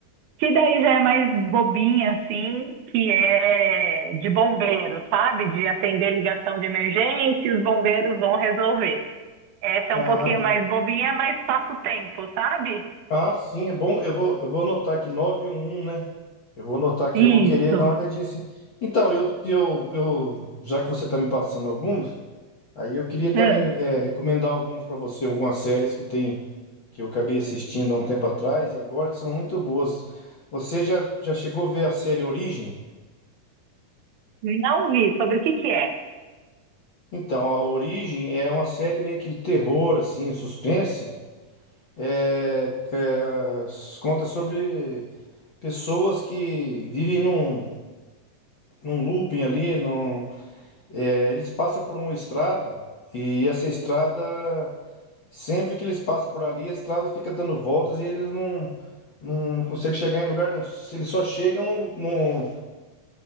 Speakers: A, on the right; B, on the left.
A: Que daí já é mais bobinha, assim, que é de bombeiro, sabe? De atender ligação de emergência, e os bombeiros vão resolver. Essa
B: Ah,
A: é um pouquinho mais bobinha, mas passa o tempo, sabe?
B: ah, sim, é bom. Eu vou, eu vou anotar aqui nove e um né? Eu vou anotar aqui,
A: Isso.
B: eu vou querer dar uma olhadinha assim. Então, eu, eu, eu, já que você está me passando algumas, aí eu queria também
A: É.
B: é, recomendar algumas para você, algumas séries que tem que eu acabei assistindo há um tempo atrás e agora que são muito boas. Você já, já chegou a ver a série Origem?
A: Não vi. Sobre o que que é?
B: Então, a Origem é uma série meio que de terror, assim, suspense. É, é, conta sobre pessoas que vivem num, num looping ali, num, é, eles passam por uma estrada e essa estrada, sempre que eles passam por ali, a estrada fica dando voltas e eles não, não conseguem chegar em lugar nenhum. Se Eles só chegam num, num-